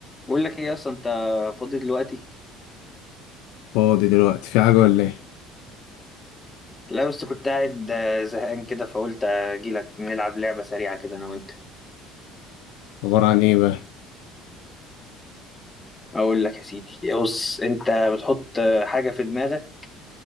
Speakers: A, on the left; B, on the left.
A: بقول لك ايه اصلا انت فاضي دلوقتي
B: فاضي دلوقتي في حاجة ولا ايه؟
A: لا بس كنت قاعد آه، زهقان كده فقلت اجي لك نلعب لعبه سريعه كده انا وانت
B: عبارة عن ايه بقى؟
A: اقول لك يا سيدي بص انت بتحط آه، حاجه في دماغك